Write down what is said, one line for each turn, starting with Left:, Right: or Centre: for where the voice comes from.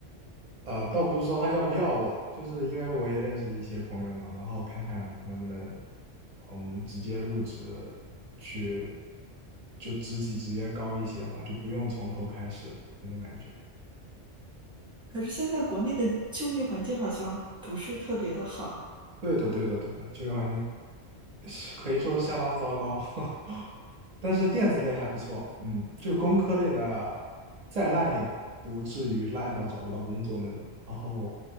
Right: 呃，倒不是说他要不要我，就是因为我也认识一些朋友嘛，然后看看能不能，嗯，直接入职去，就职级直接高一些嘛，就不用从头开始那种感觉。
Centre: 可是现在国内的就业环境好像不是特别的好，
Right: 对的，对的，对的，就业环境可以说是相当糟糕，<laughs> 但是电子类还不错，嗯，就是工科类的再烂也不至于烂到找不到工作那种。然后